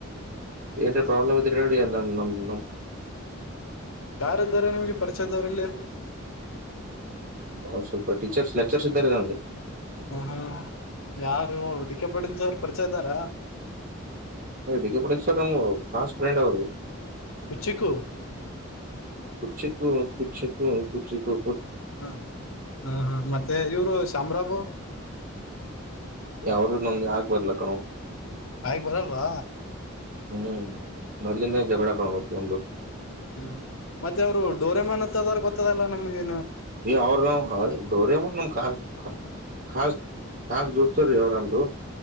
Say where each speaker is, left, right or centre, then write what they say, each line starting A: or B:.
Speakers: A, on the right; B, on the left.
A: ಏರ ಪ್ರಾಬ್ಲ್ ಇದಡಿ ಅಲ್ಲ ನಮ
B: ಯಾರ್ದಾರ ನಿಮ್ಗೆ ಪರಿಚಯದವ್ರಲ್ಲಿ
A: ಹ ಸ್ವಲ್ಪ ಟೀಚರ್ಸ್ ಲೆಕ್ಚರ್ಸ್ ಇದ್ದಾರೆಗೆ
B: ಹೂ ಹೂ ಯಾರು ಡಿ ಕೆ ಪಾಟೀಲ ಸರ್ ಪರಿಚಯದಾರ
A: ಡಿಿಕಿ ಪರೀಕ್ಷ ನ ಕ್ಲಾಸ್ ಫ್ರೆಂಡ್ ಅವರು
B: ಕುಚ್ಚಿಕ್ಕು
A: ಕೂಚ್ಚಿಕ್ಕೂ ಕುಚ್ಚಿಕ್ಕೋ ಕುಚ್ಚಿಕೋ
B: ಹಾ ಹಾ ಹಾ ಮತ್ತೆ ಇವರು ಶಾಮ್ರಾಬು
A: ಯಾವರು ನಮ್ಗೆ ಆಗ್ ಬರ್ಲ ಕಣೋ
B: ಹಾಗಗ್ ಬರಲ್ವಾ
A: ಹ್ಮ್ ಮೊದ್ಲಿಂದ ಜಗಳ ಕಣೋ ಅವ್ರು ನಮ್ದು
B: ಹೂ ಮತ್ತೆ ಅವರು ಡೋರೆಮನ್ ಗೊದ ಗೊತ್ತದಲ್ಲ ನಮಗೆ
A: ಈ ಅವ್ರ ನವು ಡೋರೆ ಮ ಕ ಾಸ ಾಸ ದೋಸ್ತ ರೀ ಅವರಾಮದು